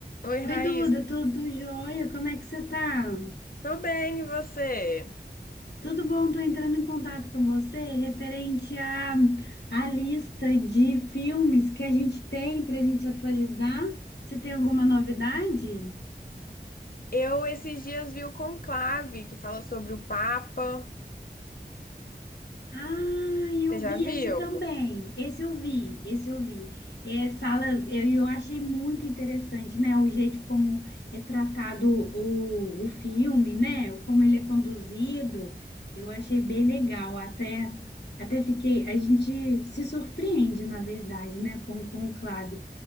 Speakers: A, on the left; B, on the left.
A: Oi, Raíssa.
B: Oi, Duda, tudo jóia? Como é que você tá?
A: Tô bem, e você?
B: Tudo bom? Tô entrando em contato com você referente à, à lista de filmes que a gente tem para a gente atualizar. Você tem alguma novidade?
A: Eu esses dias vi o Conclave, que fala sobre o Papa.
B: Ah, eu
A: Você já
B: vi
A: viu?
B: esse também. Esse eu vi, esse eu vi. É, fala, eu, eu achei muito interessante, né? O jeito como é tratado o, o filme, né? Como ele é conduzido, eu achei bem legal. Até, até fiquei, a gente se surpreende, na verdade, né? Com, com o Conclave,